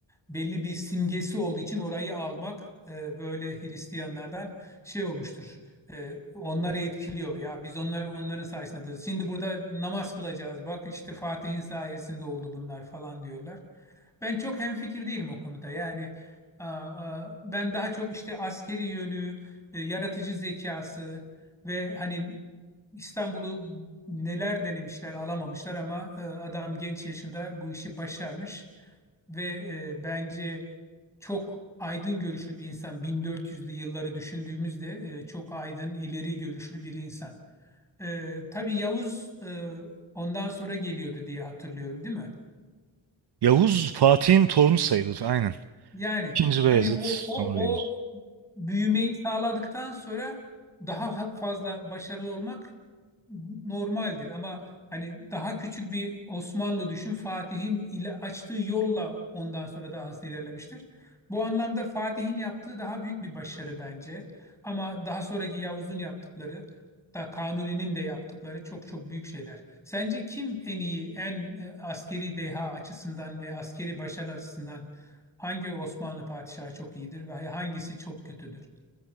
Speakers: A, in the centre; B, on the right.
A: belli bir simgesi olduğu için orayı almak e, böyle Hristiyanlardan şey olmuştur. E, onları etkiliyor. Ya biz onlar onların sayesinde buradayız. Şimdi burada namaz kılacağız. Bak işte Fatih'in sayesinde oldu bunlar falan diyorlar. Ben çok hemfikir değilim o konuda. Yani a- a, ben daha çok işte askeri yönü, e, yaratıcı zekası ve hani İstanbul'u neler denemişler alamamışlar ama e, adam genç yaşında bu işi başarmış. Ve e, bence çok aydın görüşlü bir insan. 1400'lü yılları düşündüğümüzde e, çok aydın, ileri görüşlü bir insan. E, tabii Yavuz e, ondan sonra geliyordu diye hatırlıyorum, değil mi?
B: Yavuz Fatih'in torunu sayılır, aynen.
A: Yani
B: İkinci Beyazıt,
A: hani o
B: sonra
A: o
B: Yavuz.
A: o büyümeyi sağladıktan sonra daha fazla başarılı olmak normaldir ama hani daha küçük bir Osmanlı düşün Fatih'in ile açtığı yolla ondan sonra daha hızlı ilerlemiştir. Bu anlamda Fatih'in yaptığı daha büyük bir başarı bence. Ama daha sonraki Yavuz'un yaptıkları da Kanuni'nin de yaptıkları çok çok büyük şeyler. Sence kim en iyi, en e, askeri deha açısından ve askeri başarı açısından hangi Osmanlı padişahı çok iyidir ve hangisi çok kötüdür?